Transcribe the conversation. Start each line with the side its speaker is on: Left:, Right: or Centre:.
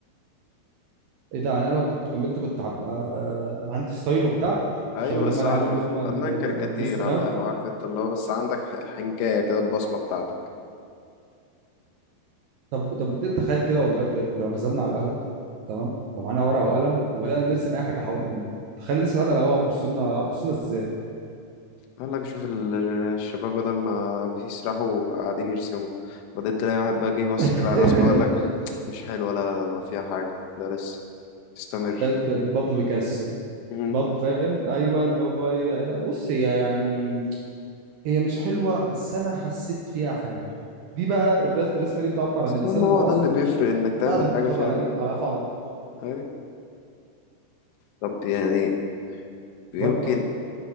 Right: ايه ده انا لو كنت كملت كنت هبقى آه، عندي ستايل وبتاع
Left: ايوه
Right: شبه اللي
Left: يا صاحبي
Right: هم العيال اللي هم ال-
Left: فنان كاريكاتير
Right: الوسط ناو
Left: على القهوه عارف انت اللي هو بس عندك ح- حنكايه كده البصمه بتاعتك
Right: طب طب بديت تخيل كده والله بجد لو نزلنا على القهوه تمام ومعانا ورقه وقلم وبدانا نرسم اي حاجه حوالينا تخيل الناس اللي قاعده على القهوه هتبص لنا هتبص لنا ازاي
Left: قال لك شوف ال- الشباب بدل ما بيسرحوا قاعدين يرسموا بعدين تلاقي واحد بقى جه بص
Right: <laughs>
Left: كده على الرسمه وقال لك مش حلوه لا لا لا لا فيها حاجه ده لسه استمر
Right: ب- بابلو بيكاسو
Left: مم.
Right: باب فاهم ايوه اللي هو ايه أيوة. بص هي يعني هي مش حلوه بس انا حسيت فيها حاجه دي بقى الرس- الرسمه دي بتعبر
Left: بس
Right: عن الانسان
Left: المهم هو
Right: المعاصر
Left: ده اللي بيفرق انك
Right: بعد
Left: تعمل
Right: ما
Left: حاجه
Right: خد
Left: فيها
Right: على
Left: حاجه
Right: ايه على قفا على طول
Left: أيوة. طب يعني يمكن
Right: طب أنا- طب